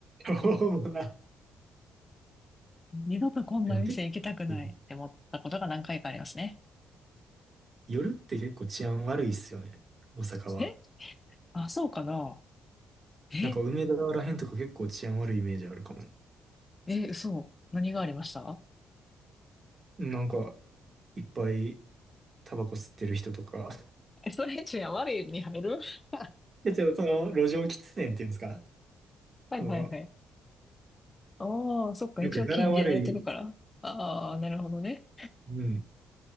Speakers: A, on the right; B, on the left.
A: そうもな。
B: 二度とこんな店行きたくないって思ったことが何回かありますね。
A: でも結構、夜って結構治安悪いっすよね。大阪は。
B: えあ、そうかな。え
A: なんか梅田らへんとか結構治安悪いイメージあるかも。
B: え、そう何がありました
A: なんか、いっぱいタバコ吸ってる人とか。
B: え、<laughs> それじゃ悪いに入る <laughs>
A: で、ちょっとその路上喫煙っていうんですか
B: はいはいはい。
A: その、
B: ああ、そっか、
A: なんか柄悪い。
B: 一応禁じられてるから。ああ、なるほどね。
A: うん。